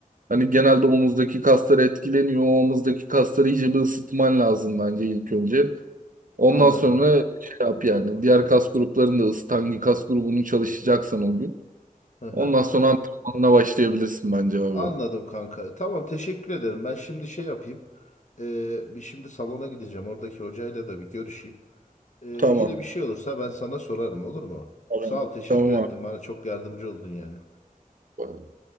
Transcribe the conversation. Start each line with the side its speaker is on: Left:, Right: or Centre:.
Right: Hani genelde omuzdaki kaslar etkileniyor. O omuzdaki kasları iyice bir ısıtman lazım bence ilk önce. Ondan
Left: Anladım.
Right: sonra şey yap yani. Diğer kas gruplarını da ısıt. Hangi kas grubunu çalışacaksan o gün.
Left: Hı hı.
Right: Ondan sonra antrenmanına başlayabilirsin bence abi.
Left: Anladım kanka. Tamam teşekkür ederim. Ben şimdi şey yapayım. Ee, bir şimdi salona gideceğim. Oradaki hocayla da bir görüşeyim. Ee, yine
Right: Tamam.
Left: bir şey olursa ben sana sorarım olur mu?
Right: Tamam.
Left: Sağ ol teşekkür
Right: Tamam
Left: ettim. Bana çok yardımcı oldun yani.
Right: abi.